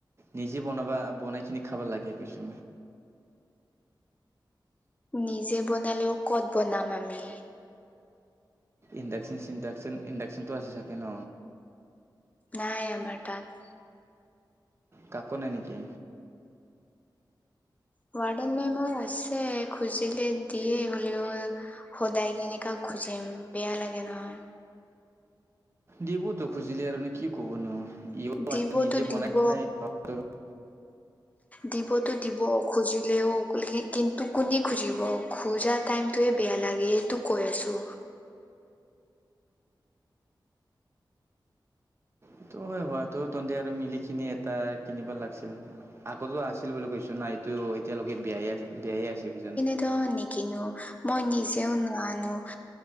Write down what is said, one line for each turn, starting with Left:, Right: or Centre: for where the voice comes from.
Right: নিজে বনাবা বনাইকিনি খাব লাগে কৈছো
Left: নিজে বনালেও কত বনাম আমি
Right: ইণ্ডাকচন চিণ্ডাকচন ইণ্ডাকচনটো আছে চাগে ন।
Left: নাই আমাৰ তাত
Right: কাকো নাই নেকি?
Left: ৱাদেনমেমৰ আছে খুজিলে দিয়ে হ'লেও, সদায় কেনেকা খোজিম বেয়া লাগে নহয়।
Right: দিৱতো খুজিলে আৰু কি ক'বনো ই
Left: দিবতো
Right: নিজে
Left: দিব
Right: বনাই খাই <inaudible>
Left: দিবতো দিব খুজিলেও কিন্তু, কোনে খুজিব খোজাত টাইমটোয়ে বেয়া লাগে এইটো কৈ আছো।
Right: সেইটো হয় হোৱাটো তহতে আৰু মিলি খিনি এটা কিনিব লাগিছিল। আগতো আছিল বুলি কৈছো নাই। তো এতিয়ালৈকে বিয়াই বিয়াই আছে বুজানে।
Left: ত'নিকিনো, মই নিজেও নানো।